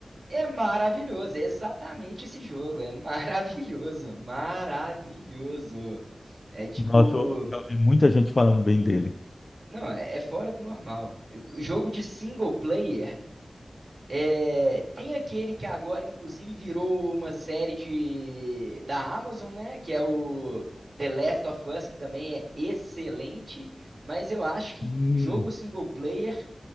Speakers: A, on the right (about 55°); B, on the left (about 50°).
A: é maravilhoso, é exatamente esse jogo, é maravilhoso, <laughs> maravilhoso. É tipo,
B: Nossa, eu já ouvi muita gente falando bem dele.
A: não, é, é fora do normal. Jogo de single player É, tem aquele que agora, inclusive, virou uma série de, da Amazon, né? Que é o The Last of Us, que também é excelente. Mas eu acho que
B: Hum,
A: jogo single player,